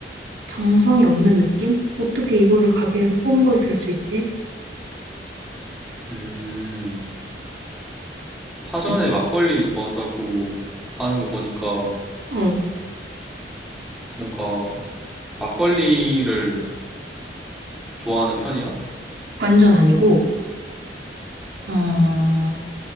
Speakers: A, on the right; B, in the centre.
A: 정성이 없는 느낌? 어떻게 이거를 가게에서 뽑은 걸 줄 수 있지?
B: 음, 파전에
A: 응.
B: 막걸리 좋아한다고 하는 거 보니까
A: 어,
B: 뭔가 막걸리를 좋아하는 편이야?
A: 완전 아니고 음,